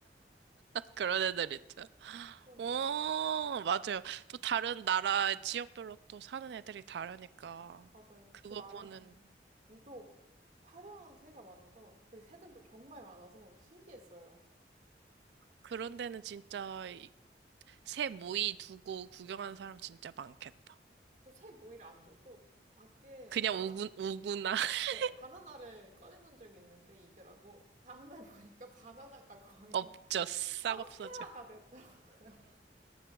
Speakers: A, on the right (about 75°); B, on the right (about 40°).
A: 그런 애들 있죠.
B: <laughs> 그러니까요.
A: 오, 맞아요. 또 다른 나라 지역별로 또 사는 애들이 다르니까.
B: 맞아요.
A: 그거
B: 그 나라는
A: 보는,
B: 유독 화려한 새가 많아서, 그리고 새들도 정말 많아서 신기했어요.
A: 그런 데는 진짜 이- 새 모이 두고 구경하는 사람 진짜 많겠다.
B: 그 새 모이를 안 줘도 밖에
A: 그냥
B: 바나,
A: 오구, 오구나. <laughs>
B: 네, 바나나를 꺼내놓은 적이 있는데 익으라고 다음날 보니까 바나나가 거의
A: 없죠.
B: <laughs>
A: 싹
B: 황폐화가
A: 없어져.
B: 됐더라고요.